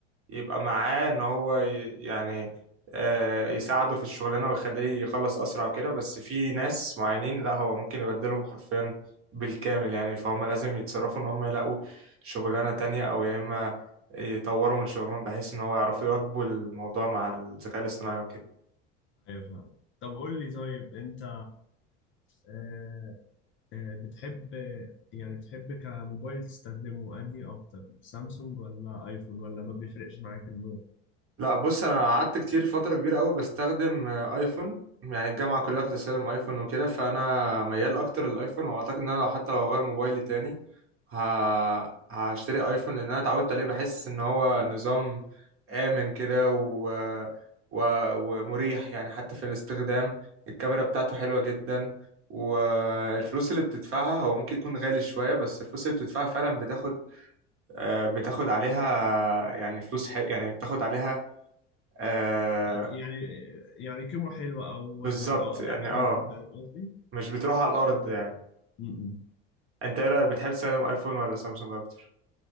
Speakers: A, on the right; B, on the left.
A: يبقى معاه ان هو ي- يعني آه، يساعده في الشغلانه ويخليه يخلص اسرع وكده بس في ناس معينين لا هو ممكن يبدلهم حرفيا بالكامل يعني فهم لازم يتصرفوا ان هم يلاقوا شغلانه تانية او يا اما يطوروا من شغلهم بحيث ان هو يعرفوا يواكبوا الموضوع مع الذكاء الاصطناعي وكده
B: ايوه فاهم طب قول لي طيب انت آه، آه، بتحب يعني بتحب كموبايل تستخدمه انهي اكتر سامسونج ولا ايفون ولا ما بيفرقش معاك النوع
A: لا بص انا قعدت كتير فتره كبيره قوي بستخدم آه، ايفون يعني الجامعه كلها كنت بستخدم ايفون وكده فانا ميال اكتر للايفون واعتقد ان انا لو- حتى لو هغير موبايلي تاني ه... هشتري ايفون لان انا اتعودت عليه بحس ان هو نظام امن كده و... و... ومريح يعني حتى في الاستخدام الكاميرا بتاعته حلوه جدا والفلوس اللي بتدفعها هو ممكن يكون غالي شويه بس الفلوس اللي بتدفعها فعلا بتاخد آه، بتاخد عليها يعني فلوس حلو يعني بتاخد عليها آه
B: يعني يعني كاميرا حلوة او
A: بالظبط
B: او اداء
A: يعني اه
B: حلو فاهم قصدي
A: مش بتروح على الارض يعني
B: م-م.
A: انت ايه رايك بتحب تستخدم ايفون ولا سامسونج اكتر